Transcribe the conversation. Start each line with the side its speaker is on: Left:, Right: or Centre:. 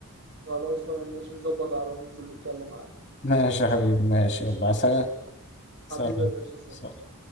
Right: خلاص تمام ماشي نظبط على وننزل نتكلم عادي
Left: ماشي يا حبيبي ماشي يلا سلام
Right: ماشي يا ريس حبيبي
Left: سلام
Right: يا باشا سلام
Left: سلام.